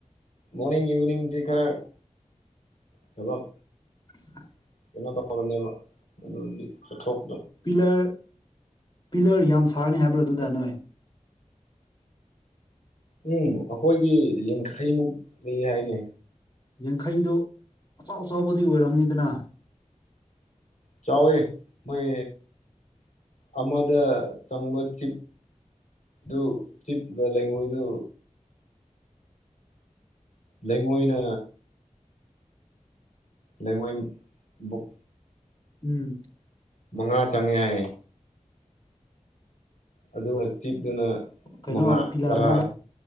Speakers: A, on the left; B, on the left.
A: ꯃꯣꯔꯅꯤꯡ ꯏꯚꯤꯅꯤꯡꯁꯤ ꯈꯔ ꯊꯕꯛ
B: <unintelligible>
A: ꯀꯩꯅꯣ ꯇꯧꯕꯅꯦꯕ ꯑꯗꯨꯗꯤ ꯆꯠꯊꯣꯛ
B: ꯄꯤꯂꯔ ꯄꯤꯂꯔ ꯌꯥꯝ ꯁꯥꯔꯅꯤ ꯍꯥꯏꯕꯣ ꯑꯗꯨꯗ ꯅꯣꯏ
A: ꯎꯝ ꯑꯩꯈꯣꯏꯒꯤ ꯌꯥꯡꯈꯩꯃꯨꯛ ꯂꯩ ꯍꯥꯏꯅꯦ
B: ꯌꯥꯡꯈꯩꯗꯣ ꯑꯆꯥꯎ ꯑꯆꯥꯎꯕꯗꯤ ꯑꯣꯏꯔꯝꯅꯤꯗꯅ
A: ꯆꯥꯎꯋꯦ ꯃꯣꯏ ꯑꯃꯗ ꯆꯪꯕ ꯆꯤꯞ ꯑꯗꯨ ꯆꯤꯞ ꯒꯥ ꯂꯩꯉꯣꯏꯗꯨ ꯂꯩꯉꯣꯏꯅ ꯂꯩꯉꯣꯏ ꯕꯨꯛ
B: ꯎꯝ
A: ꯃꯉꯥ ꯆꯪꯉꯦ ꯍꯥꯏ ꯑꯗꯨꯒ ꯆꯤꯞꯇꯅ
B: ꯀꯩꯅꯣ
A: ꯃꯉꯥ
B: ꯄꯤꯂꯔ
A: ꯇꯔꯥ
B: ꯑꯃꯗ